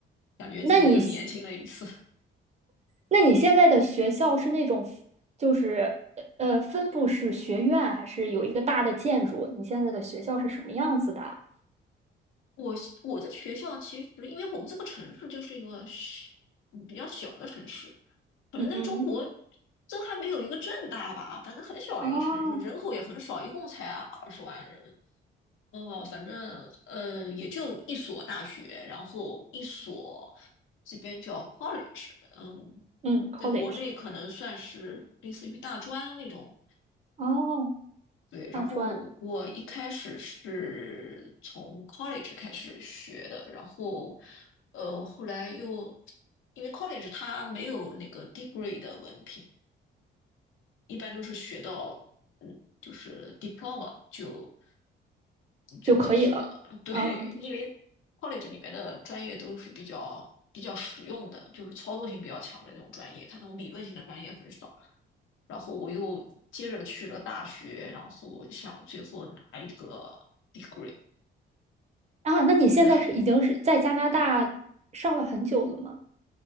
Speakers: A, on the left; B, on the right.
A: 感觉自己又年轻了一次。
B: 那你。那你现在的学校是那种，就是呃分布式学院，还是有一个大的建筑？你现在的学校是什么样子的啊？
A: <laughs> 我我的学校其实，因为我们这个城市就是一个小嗯比较小的城市，可能在中国
B: 嗯，
A: 都还没有一个正大吧，反正很小的一个城市，
B: 哦，
A: 人口也很少，一共才二十万人。哦，反正呃，也就一所大学，然后一所这边叫 college，嗯，
B: 嗯，college，
A: 在国内可能算是类似于大专那种。
B: 哦，
A: 对，
B: 大专
A: 然后我一开始是从 college 开始学的，然后呃，后来又因为 college 它没有那个 degree 的文凭，一般都是学到嗯，就是 diploma 就就结束了。
B: 就可以了。
A: <laughs> 对，
B: 嗯
A: 因为 college 里面的专业都是比较比较实用的，就是操作性比较强的那种专业，它那种理论性的专业很少。然后我又接着去了大学，然后想最后拿一个 degree，
B: 啊，那你现在是已经是在加拿大上了很久了吗？
A: 真的很